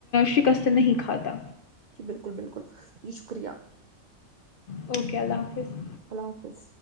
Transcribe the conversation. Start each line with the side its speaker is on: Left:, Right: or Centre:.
Left: شکست نہیں کھاتا
Right: جی بالکل بالکل جی شکریہ
Left: اوکے اللہ حافظ
Right: اللہ حافظ